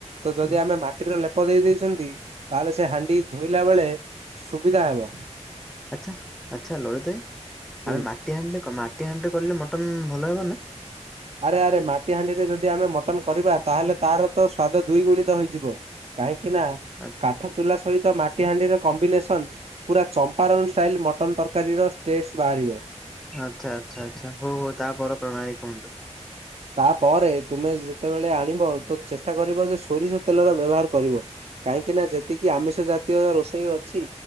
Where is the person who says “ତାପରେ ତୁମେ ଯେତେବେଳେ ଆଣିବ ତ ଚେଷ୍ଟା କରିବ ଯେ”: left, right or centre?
Right